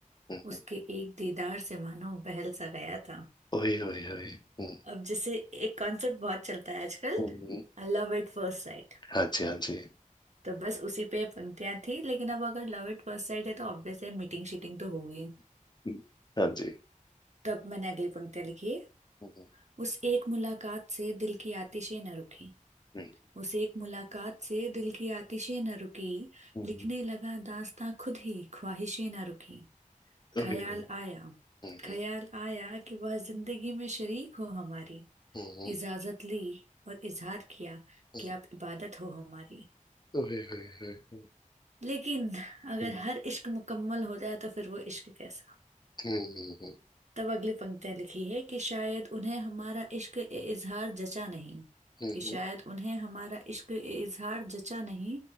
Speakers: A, on the left; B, on the right.
A: हम्म, हम्म।
B: उसके एक दीदार से मानो बहल सा गया था
A: ओए ओए ओए हम्म
B: अब जैसे एक कॉन्सेप्ट बहुत चलता है आजकल
A: हम्म, हम्म।
B: लव एट फर्स्ट साइट
A: हाँ जी हाँ जी
B: तो बस उसी पे पंक्तियां थी लेकिन अब अगर लव एट फर्स्ट साइट है तो ऑब्वियस है मीटिंग शीटिंग तो होगी
A: हम्म, हाँ जी
B: तब मैंने अगली पंक्तियां लिखी है
A: हम्म
B: उस एक मुलाकात से दिल की आतिशें न रुकी
A: हम्म
B: उस एक मुलाकात से दिल की आतिशें न रुकी
A: हम्म,
B: लिखने
A: हम्म।
B: लगा दास्तां खुद ही ख्वाहिशें न रुकी ख्याल
A: ओए ओए
B: आया
A: हम्म
B: ख्याल आया कि वह जिंदगी में शरीक हो हमारी
A: हम्म हम्म,
B: इजाजत ली और इजहार किया
A: हम्म।
B: कि आप इबादत हो हमारी
A: ओए ओए ओए
B: लेकिन अगर
A: हम्म
B: हर इश्क मुकम्मल हो जाए तो फिर वो इश्क कैसा
A: हम्म हम्म,
B: तब अगली पंक्तियां लिखी है कि शायद उन्हें हमारा इश्क ए इजहार जचा नहीं
A: हम्म,
B: कि शायद उन्हें हमारा इश्क ए इजहार जचा नहीं